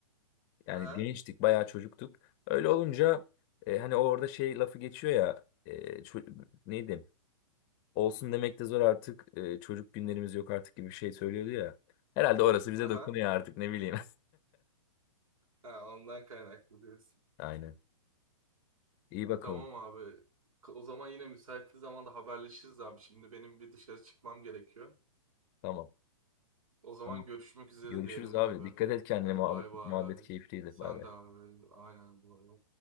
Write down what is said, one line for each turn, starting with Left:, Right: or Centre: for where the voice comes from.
Left: Yani
Right: Aha,
Left: gençtik bayağı çocuktuk. Öyle olunca e, hani orada şey lafı geçiyor ya e, ço- neydi? Olsun demek de zor artık e, çocuk günlerimiz yok artık gibi bir şey söylüyordu ya. Herhalde orası bize
Right: aha.
Left: dokunuyor artık ne bileyim.
Right: Ha, ondan kaynaklı diyorsun.
Left: <laughs> Aynen. İyi bakalım.
Right: Tamam abi. K- O zaman yine müsait bir zamanda haberleşiriz abi. Şimdi benim bir dışarı çıkmam gerekiyor.
Left: Tamam.
Right: O zaman
Left: Tamam.
Right: görüşmek üzere
Left: Görüşürüz
Right: diyelim
Left: abi.
Right: abi.
Left: Dikkat et kendine.
Right: Hadi
Left: Muhabbet,
Right: bay bay.
Left: muhabbet keyifliydi.
Right: Sen
Left: Bay bay.
Right: de abi. Aynen bay bay.